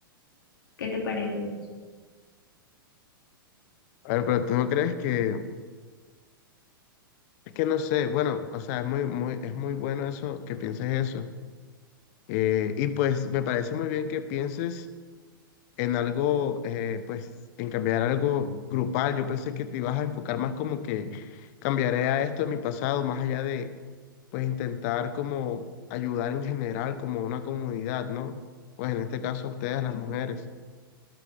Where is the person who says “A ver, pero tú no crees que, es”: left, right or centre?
Left